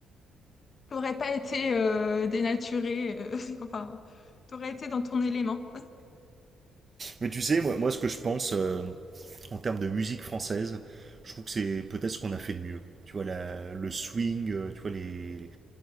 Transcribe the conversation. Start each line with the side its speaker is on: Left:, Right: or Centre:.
Left: <laughs> t'aurais pas été euh, dénaturé, euh, <laughs> enfin, t'aurais été dans ton élément.
Right: Mais tu sais, moi, moi ce que je pense euh, en termes de musique française, je trouve que c'est peut-être ce qu'on a fait de mieux. Tu vois, la- le swing, euh, tu vois, les,